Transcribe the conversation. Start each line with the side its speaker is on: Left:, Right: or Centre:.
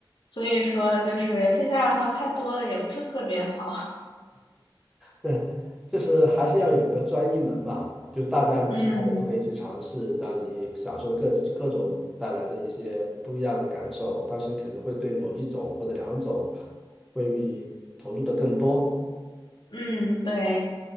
Left: 所以说就是兴趣爱好太多了，也不是特别好。
Centre: 对，就是还是要有一个专一门嘛，就是大家你其他的都可以去尝试，
Left: 嗯，
Centre: 让你享受各各种带来的一些不一样的感受，但是可能会对某一种或者两种会比投入的更多。
Left: 嗯，对。